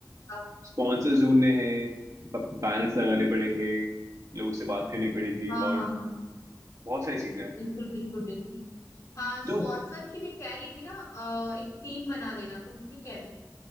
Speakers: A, on the left; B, on the right.
A: हाँ
B: स्पॉन्सर्स ढूंढने हैं बैनर्स लगाने पड़ेंगे लोगों से बात करनी पड़ेगी
A: हाँ
B: और
A: हाँ हाँ,
B: बहुत सारी चीजें हैं
A: बिल्कुल बिल्कुल बिल्कुल हाँ स्पॉन्सर
B: तो
A: की मैं कह रही थी ना अ, एक टीम बना लेना तुम ठीक है